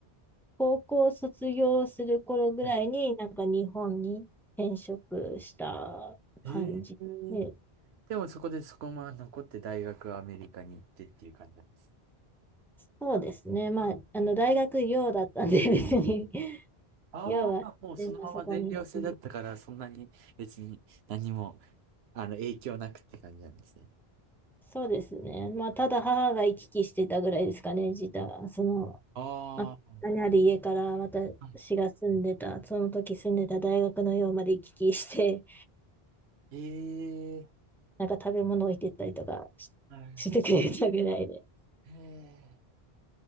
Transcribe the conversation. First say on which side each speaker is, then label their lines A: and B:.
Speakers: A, in the centre; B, on the right.
A: 高校卒業する頃ぐらいに、
B: はい
A: なんか日本に転職した感じで、
B: えー、でもそこでそこまま残って大学はアメリカに行ってっていう感じなんです。
A: そうですね、まあ、あの大学寮だったんで、別に <laughs>
B: ああ、
A: 寮があって、
B: もうそのまま全寮制だったから、
A: まあ、そこに住ん
B: そんなに別に何も、あの、影響なくって感じなんですね。
A: そうですね、まあ、ただ母が行き来してたぐらいですかね、自体、その
B: ああ、
A: まあかある家から私が住んでた、
B: は
A: その時住んでた大学の寮まで行き来して、
B: いええ
A: <laughs> なんか食べ物置いてったりとかし、
B: はい。
A: <laughs> してくれたぐらいで。
B: へえ